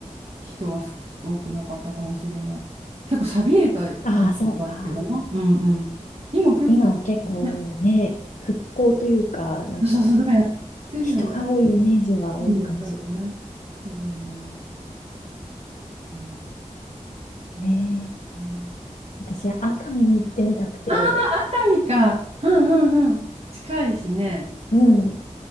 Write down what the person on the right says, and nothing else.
人はす多くなかったかもしれない。結構寂れたイメージがあったけどな。
うんうん。今結構多分ね、
そうそうそう、なんかやってるよね。
イメージあるよね。そうだよね。うん。うん
うん
ああ、熱海か。うんうんうん。近いしね。